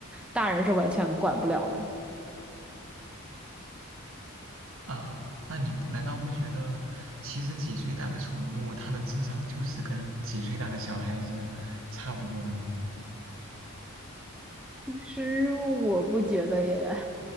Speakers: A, in the centre; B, on the right.
A: 大人是完全管不了的。
B: 啊、那你不难道不觉得，其实几岁大的宠物，它的智商就是跟几岁大的小孩子差不多的吗？
A: 其实我不觉得耶，